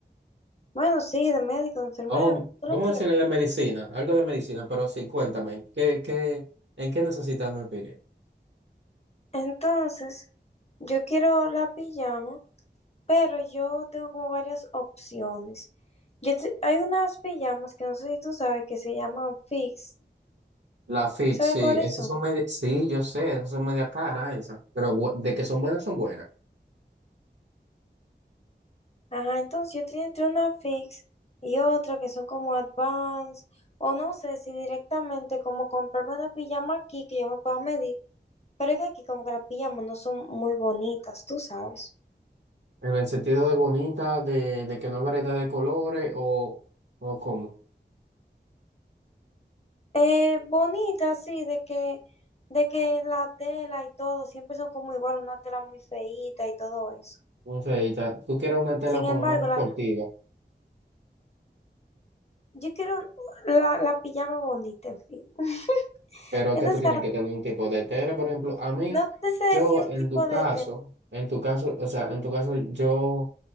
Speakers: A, on the left; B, on the right.
A: Bueno, sí, de médico, de enfermera,
B: Oh,
A: como tú
B: vamos
A: lo quieras.
B: a decirle de medicina, algo de medicina, pero sí, cuéntame, ¿qué, qué, en qué necesitas mi opinión?
A: Entonces, yo quiero la pijama, pero yo tengo como varias opciones. Yo te- hay unas pijamas que no sé si tú sabes que se llaman fix.
B: La fit,
A: ¿Sabes
B: sí,
A: cuáles
B: esas
A: son?
B: son medias, sí, yo sé, esas son medias caras esas, pero bu- de que son buenas, son buenas.
A: Ajá, entonces yo estoy entre una fix y otra que son como advance, o no sé si directamente como comprarme una pijama aquí que yo me pueda medir, pero es que aquí como que las pijamas no son muy bonitas, tú sabes.
B: En el sentido de bonita, de, de que no hay variedad de colores o, o cómo.
A: Eh, bonitas, sí, de que, de que la tela y todo siempre son como igual, una tela muy feíta y todo eso.
B: No sé, y ta- tú quieres una tela
A: Sin
B: como
A: embargo,
B: más deportiva.
A: la, yo quiero la, la pijama bonita, en fin. <laughs>
B: Pero
A: Entonces,
B: que tú tienes que tener un tipo de tela, por ejemplo, a mí,
A: no te sé decir
B: yo
A: un
B: en
A: tipo
B: tu caso,
A: de tela.
B: en tu caso, o sea, en tu caso, yo